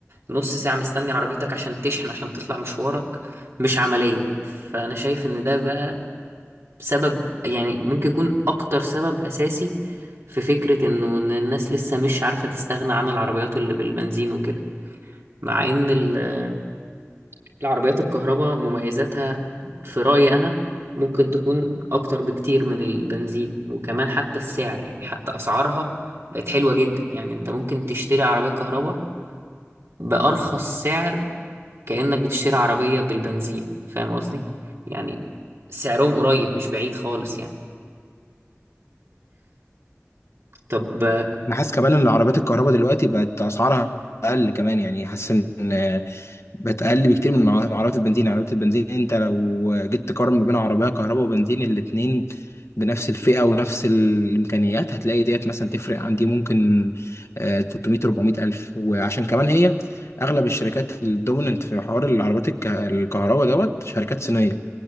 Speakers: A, on the right; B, on the left.
A: نص ساعة مستني عربيتك عشان تشحن عشان تطلع مشوارك مش عملية فأنا شايف إن ده بقى سبب يعني ممكن يكون اكتر سبب اساسي في فكرة انه ان الناس لسه مش عارفة تستغنى عن العربيات اللي بالبنزين وكده مع ان ال- العربيات الكهرباء مميزاتها في رأيي انا ممكن تكون اكتر بكتير من البنزين وكمان حتى السعر يعني حتى اسعارها بقت حلوة جدا يعني انت ممكن تشتري عربية كهرباء بأرخص سعر كأنك بتشتري عربية بالبنزين فاهم قصدي يعني سعرهم قريب مش بعيد خالص يعني طب
B: انا حاسس كمان ان عربيات الكهرباء دلوقتي بقت اسعارها اقل كمان يعني حاسس ان بقت اقل بكتير من ع- عربيات البنزين يعني عربيات البنزين انت لو جيت تقارن ما بين عربيه كهرباء وبنزين الاتنين بنفس الفئه ونفس الامكانيات هتلاقي ديت مثلا تفرق عندي ممكن آه، 300 400 الف وعشان كمان هي اغلب الشركات الدوميننت في حوار العربيات الك- الكهرباء دوت شركات صينيه